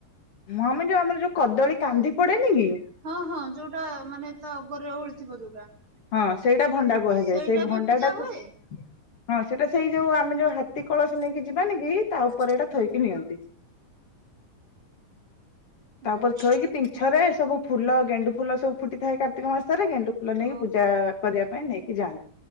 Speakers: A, on the left; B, on the right.
A: ମମି ଯୋଉ ଆମର ଯୋଉ କଦଳୀ କାନ୍ଦି ପଡେନି କି?
B: ହଁ ହଁ ଯୋଉଟା ମାନେ ତା ଅଗରେ ଓହଳିଥିବ ଯୋଉଟା।
A: ହଁ ସେଇଟା ଭଣ୍ଡା କୁହାଯାଏ
B: ସେଇଟା
A: ସେଇ ଭଣ୍ଡାଟାକୁ
B: ବି ପୂଜା ହୁଏ?
A: ହଁ ସେଟା ସେଇ ଯୋଉ ଆମେ ଯୋଉ ହାତୀ କଳସ ନେଇକି ଯିବାନି କି ତା ଉପରେ ଏଇଟା ଥୋଇକି ନିଅନ୍ତି। <inaudible>
B: ହୁଁ
A: ତାପରେ
B: ହୁଁ।
A: ଥୋଇକି ପିଛରେ ସବୁ ଫୁଲ ଗେଣ୍ଡୁ ଫୁଲ ସବୁ ଫୁଟି ଥାଏ କାର୍ତ୍ତିକ ମାସରେ ଗେଣ୍ଡୁ ଫୁଲ ନେଇକି
B: ଓହୋ
A: ପୂଜା କରିବା ପାଇଁ ନେଇକି ଯାଆନ୍ତି।